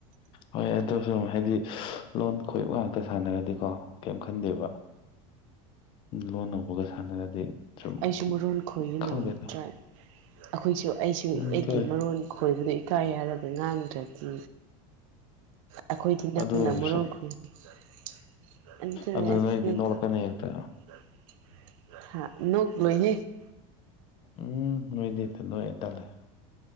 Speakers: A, on the left; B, on the right.
A: ꯍꯣꯏ ꯑꯗꯨꯁꯨ ꯍꯥꯏꯗꯤ ꯂꯣꯟ ꯈꯣꯏꯕ ꯉꯥꯛꯇ ꯁꯥꯟꯅꯔꯗꯤꯀꯣ ꯀꯔꯤꯝ ꯈꯟꯗꯦꯕ ꯂꯣꯟ ꯅꯧꯕꯒ ꯁꯥꯟꯅꯔꯗꯤ ꯁꯨꯝ
B: ꯑꯩꯁꯨ ꯃꯔꯣꯟ ꯈꯣꯏꯅ
A: ꯈꯪꯗꯦꯗ
B: ꯇ꯭ꯔꯥꯏꯞ ꯑꯩꯈꯣꯏꯁꯨ ꯑꯩꯁꯨ
A: ꯎꯝ
B: ꯑꯩꯒꯤ
A: ꯊꯣꯛꯑꯦ
B: ꯃꯔꯣꯟ ꯈꯣꯏꯕꯅ ꯏꯀꯥꯏ ꯍꯥꯢꯔꯒ ꯉꯥꯡꯗ꯭ꯔꯗꯤ ꯑꯩꯈꯣꯏꯗꯤ ꯅꯪꯅ
A: ꯑꯗꯨ ꯑꯣꯏꯔꯁꯨ
B: ꯃꯔꯣꯟ ꯈꯣꯢ <inaudible>
A: ꯑꯗꯨ ꯅꯣꯏꯗꯤ ꯅꯣꯛꯂꯛꯀꯅꯤ ꯍꯦꯛꯇ ꯎꯝ ꯅꯣꯏꯗꯤ ꯐꯠꯂꯣꯏ ꯇꯜꯂꯦ